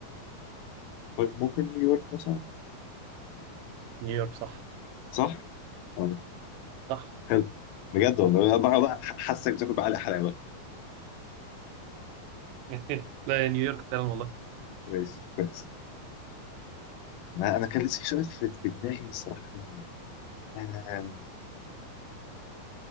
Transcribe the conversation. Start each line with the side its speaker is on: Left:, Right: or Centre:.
Left: طيب، ممكن نيويورك مثلا
Right: نيويورك صح
Left: صح؟ طيب
Right: صح
Left: حلو بجد والله انا بقى حاسك بتاكل بعلق حلاوه
Right: <laughs> لا يا نيويورك فعلا والله
Left: كويس كويس ما انا كان لسه في سؤال في في دماغي الصراحه آم،